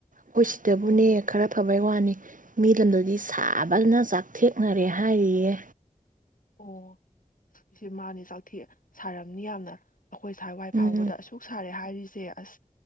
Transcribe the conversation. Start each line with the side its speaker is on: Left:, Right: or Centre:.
Right: ꯈꯣꯏꯁꯤꯗꯕꯨꯅꯦ
Left: ꯑꯣ
Right: ꯈꯔꯥ ꯐꯥ ꯕꯥ ꯋꯥꯅꯤ ꯃꯤ ꯂꯝꯗꯗꯤ ꯁꯥꯕꯅ ꯆꯥꯛꯊꯦꯛꯅꯔꯦ ꯍꯥꯏꯔꯤꯌꯦ
Left: ꯑꯣ ꯏꯁꯦ ꯃꯥꯅꯦ ꯆꯥꯛꯊꯦꯛꯑꯦ ꯁꯥꯔꯝꯅꯤ ꯌꯥꯝꯅ ꯑꯩꯈꯣꯏ ꯁꯋꯥꯏ
Right: ꯎꯝ
Left: ꯐꯥꯎꯕꯗ ꯑꯁꯨꯛ ꯁꯥꯔꯦ ꯍꯥꯏꯔꯤꯁ ꯁꯦ ꯑꯁ